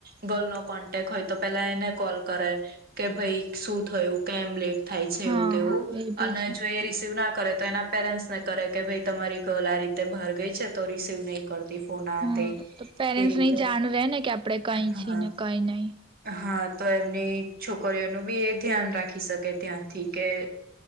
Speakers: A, on the right (about 50°); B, on the right (about 25°).
A: ગર્લ નો કોન્ટેક હોય તો પેલા એને કોલ કરે કે ભાઈ શું થયું કેમ લેટ? થાય છે
B: હા
A: એવું તેવું
B: એ બી
A: અને
B: છે
A: જો એ રિસીવ ના કરે તો એના પેરેન્ટ્સ કરે કે ભાઈ તમારી ગર્લ આ રીતે બહાર ગઈ છે તો રિસીવ નહી કરતી ફોન આ
B: હા
A: તે
B: તો પેરેન્ટ્સ
A: એ રીતે
B: ને જાણ રે ને કે આપડે કઈ
A: હા
B: છીએ ને કઈ નહી.
A: હા તો એમની છોકરીઓનું બી એ ધ્યાન રાખી શકે. કે ત્યાંથી કે